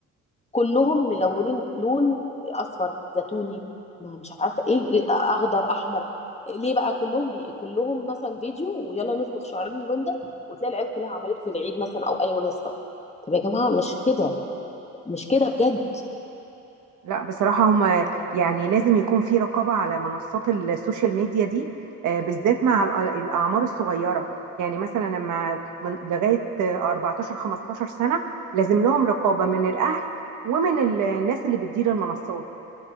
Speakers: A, on the left (about 20°); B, on the right (about 80°).
A: كلهم ملونين لون اصفر زيتوني ما مش عارفه ايه إيه، اخضر احمر ليه بقى كلهم بي... كلهم مثلا فيديو ويلا نصبغ شعرنا اللون ده وتلاقي العيال كلها عملت في العيد مثلا او اي مناسبه طب يا جماعه مش كده مش كده بجد
B: لا بصراحة هم يعني لازم يكون في رقابة على منصات السوشيال ميديا دي آه، بالذات مع الأ- الأعمار الصغيرة يعني مثلا لما من لغاية آه، 14 15 سنة لازم لهم رقابة من الأهل ومن ال- الناس اللي بتدير المنصات